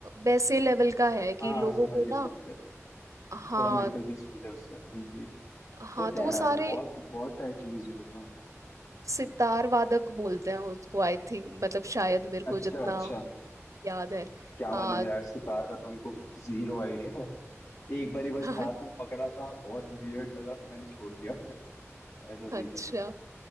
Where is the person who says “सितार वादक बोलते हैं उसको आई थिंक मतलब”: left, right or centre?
Right